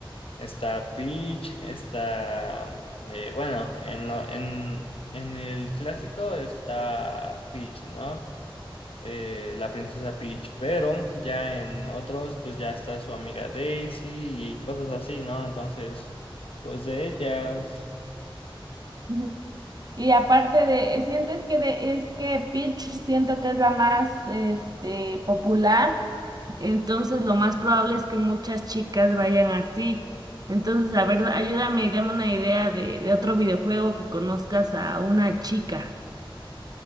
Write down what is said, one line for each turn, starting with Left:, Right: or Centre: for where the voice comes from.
Left: está Peach, está, eh, bueno, en, lo- en, en el clásico está Peach, ¿no? Eh, la princesa Peach, pero ya en otros, pues ya está su amiga Daisy y cosas así, ¿no? Entonces, pues de ellas.
Right: Ujú. Y aparte de, eh, sientes que de, es que Peach siento que es la más este popular. Entonces, lo más probable es que muchas chicas vayan así. Entonces, a ver, ayúdame y dame una idea de, de otro videojuego que conozcas a una chica.